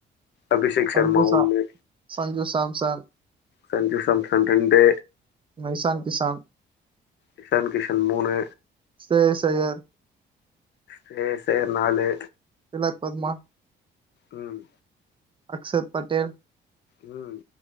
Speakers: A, on the left; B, on the right.
A: அபிஷேக்
B: சஞ்சு
A: சர்மா
B: சா
A: ஒண்ணு
B: சஞ்சு சாம்சன்
A: சஞ்சு சாம்சன் ரெண்டு
B: ஆ இஷான் கிசான்
A: இஷான் கிஷன் மூணு
B: ஸ்ரேஸ் ஐயர்
A: ஸ்ரேஸ் ஐயர் நாலு
B: திலக் வர்மா
A: ம்
B: அக்க்ஷத் பட்டேல்
A: ம்